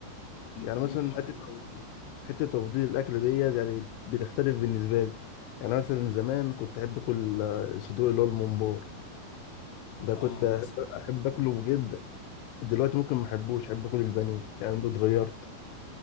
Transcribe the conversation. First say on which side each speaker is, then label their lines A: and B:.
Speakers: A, on the left; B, on the left.
A: يعني
B: بانيه
A: مثلا
B: حلو
A: حتة تفضيل- حتة تفضيل الأكل ديت يعني بتختلف بالنسبة لي يعني مثلا زمان كنت أحب أكل آه، الصدور اللي هو الممبار ده
B: اه
A: كنت
B: مثلا
A: أحب أحب أكله جدا دلوقتي ممكن ما أحبوش أحب أكل البانيه يعني ده اتغيرت